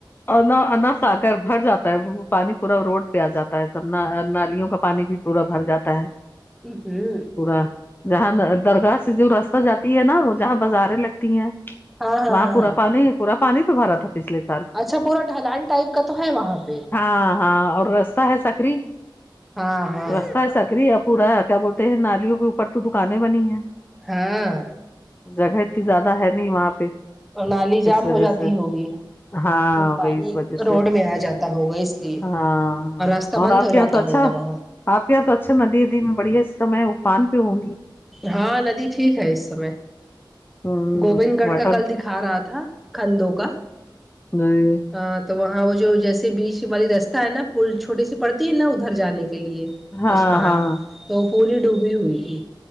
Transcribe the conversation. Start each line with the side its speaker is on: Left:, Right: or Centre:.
Left: اور نہ اناج آ کر بھر جاتا ہے وہ پانی پورا روڈ پہ آ جاتا ہے سب نالیوں کا پانی بھی پورا بھر جاتا ہے
Centre: اوں ہوں
Left: پورا جہاں درخاست جو راستہ جاتی ہے نا وہ جہاں بازاریں لگتی ہیں
Centre: ہاں ہاں
Left: وہاں
Centre: ہاں
Left: پورا
Centre: ہاں
Left: پانی پورا پانی س بھرا تھا پچھ لے سال
Centre: اچھا پورا ڈلان ٹائپ کا تو ہے وہاں کا
Left: ہاں ہاں اور رستہ ہے سکری
Centre: ہاں ہاں
Left: رستہ ہے سکری یا پورا کیا بولتے ہیں نالیوں کے اوپر تو دکانیں بنی ہے
Centre: ہاں
Left: جگہ اتنی زیادہ ہے نہیں وہاں پہ
Centre: اور نالی جام
Left: اس وجہ
Centre: ہو جاتی
Left: سے
Centre: ہوگی
Left: ہاں
Centre: پھر پانی
Left: وہی اس وجہ سے
Centre: روڈ میں آ جاتا ہوگا اس لیے
Left: ہاں ہاں
Centre: اور راستہ بند
Left: آپ
Centre: ہو
Left: کے یہاں
Centre: جاتا
Left: تو اچھا
Centre: ہوگا وہاں
Left: آپ یہاں تو اچھا ندی ندی میں بڑھیا اس میں افان پہ ہوں
Centre: ہاں ندی ٹھیک ہے اس سمے
Left: ہوں
Centre: گووند گڑھ
Left: واٹر
Centre: کا کل دکھا رہا تھا کندوں کا
Left: نئی
Centre: ہاں تو وہاں وہ جو جیسے بیچ والی رستہ ہے نا پل چھوٹی سی پڑتی ہے نا ادھر جانے کے لیے
Left: ہاں
Centre: اس پار
Left: ہاں
Centre: تو وہ پوری ڈوبی ہوئی تھی